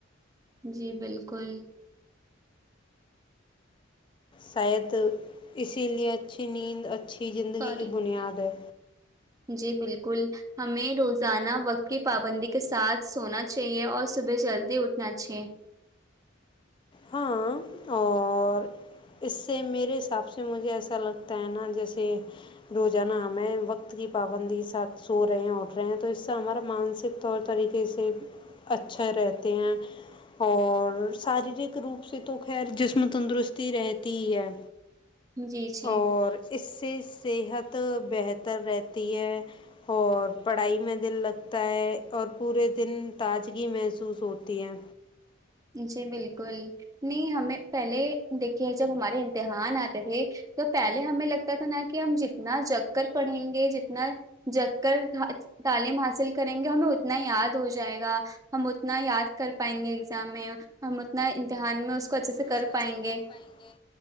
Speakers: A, on the right; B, on the left.
A: جی بالکل
B: شاید اسی لیے اچھی نیند اچھی زندگی
A: سوری
B: کی بنیاد ہے
A: جی بالکل ہمیں روز جانا وقت کی پابندی کے ساتھ سونا چاہیے اور صبح جلدی اٹھنا چاہیے
B: ہاں اور اس سے میرے حساب سے مجھے ایسا لگتا ہے نا جیسے روزانہ ہمیں وقت کی پابندی ساتھ سو رہے ہیں اٹھ رہے ہیں تو اس تو ہمارا مانسک طور طریقے سے اچھے رہتے ہیں اور شاریرک روپ سے تو خیر جسم تندرستی رہتی ہے
A: جی جی
B: اور اس سے صحت بہتر رہتی ہے اور پڑھائی میں دل لگتا ہے اور پورے دن تازگی محسوس ہوتی ہے
A: جی بالکل نہیں ہمیں پہلے دیکھیے جب ہمارے امتحان آتے تھے تو پہلے ہمیں لگتا تھا نا کہ ہم جتنا جگ کر پڑھیں گے جتنا جگ کر تعلیم حاصل کریں گے ہمیں اتنا یاد ہو جائے گا ہم اتنا یاد کر پائیں گے ہم اتنا امتحان میں اس کو اچھے سے
B: اس
A: کر
B: کو
A: پائیں
B: اچھے سے
A: گے
B: کر پائیں گے